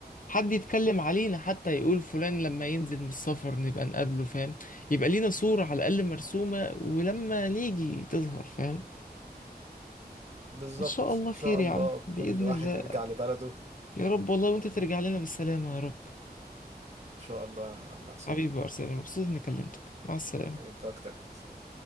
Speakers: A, on the left (about 55°); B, on the right (about 40°).
A: حد يتكلم علينا حتى يقول فلان لما ينزل من السفر نبقى نقابله فاهم يبقى لينا صورة على الأقل مرسومة ولما نيجي تظهر فاهم
B: بالظبط
A: إن شاء الله
B: ان
A: خير
B: شاء
A: يا
B: الله
A: عم بإذن
B: كل واحد
A: الله
B: يرجع لبلده
A: يا رب والله وأنت
B: وان
A: ترجع لنا بالسلامة يا رب
B: شاء الله يا عم عصام
A: حبيبي يا أرسنال مبسوط إني كلمتك مع السلامة
B: وانت اكتر حاجة.